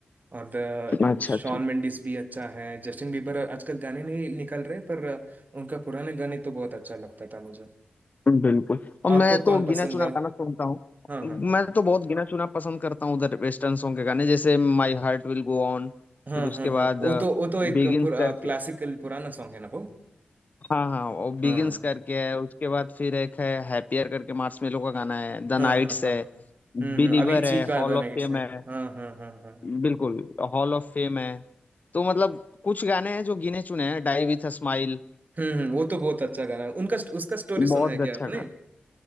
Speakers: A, on the right; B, on the left.
A: और द
B: अच्छा
A: शॉन
B: अच्छा
A: मेंडिस भी अच्छा है जस्टिन बीबर आजकल गाने नहीं निकल रहे पर उनका पुराने गाने तो बहुत अच्छा लगता था मुझे
B: बिल्कुल और
A: आपको
B: मैं तो
A: कौन पसंद
B: गिना चुना
A: है
B: गाना सुनता हूँ
A: हाँ हाँ हाँ
B: मैं तो बहुत गिना चुना पसंद करता हूँ उधर वेस्टर्न सॉन्ग के गाने जैसे my heart will go on
A: हाँ
B: फिर उसके
A: हाँ हाँ
B: बाद
A: वो तो वो तो एक
B: बिगिंस
A: पूरा
B: करके
A: क्लासिकल पुराना सॉन्ग है ना वो
B: हाँ हाँ और बिगिंस
A: हाँ
B: करके है उसके बाद फिर एक है हैप्पियर करके मार्शमेलो का गाना है द
A: हाँ
B: नाइट्स
A: हाँ हाँ
B: है
A: हम्म
B: बिलीवर
A: अविची
B: है
A: का
B: हॉल
A: द
B: ऑफ
A: नाइट्स
B: फेम
A: है
B: है
A: हाँ हाँ हाँ हाँ हाँ।
B: बिल्कुल हॉल ऑफ फेम है तो मतलब कुछ गाने हैं जो गिने चुने हैं डाई विथ अ स्माइल
A: हम्म हम्म, वो तो बहुत अच्छा गाना है। उनका उसका स्टोरी सुना
B: बहुत
A: है क्या
B: अच्छा
A: आपने
B: गाना